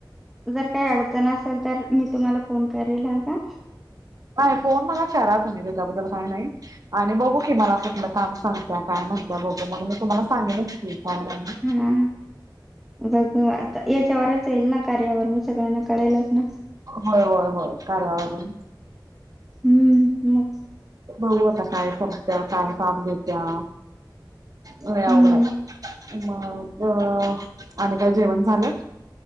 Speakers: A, in the centre; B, on the right (about 50°).
A: जर काही अडचण असेल तर मी तुम्हाला फोन करेल हा का?
B: नाही फोन मला करा तुम्ही तेच्याबद्दल काय नाही आणि बघू की मला मग काम सांगता काय म्हणत बघू म्हणून मी तुम्हाला सांगेनच की. काय नाही.
A: हा बघ आता याच्यावरच येईल ना कार्यावर मग सगळ्यांना कळेलच ना.
B: होय होय होय कर्यावरून <inaudible>
A: हम्म, हम्.
B: बघू आता काय करत्या काय काम देत्या. गावाकडं
A: हम्म
B: हाय. मग आणि काय जेवण झालं.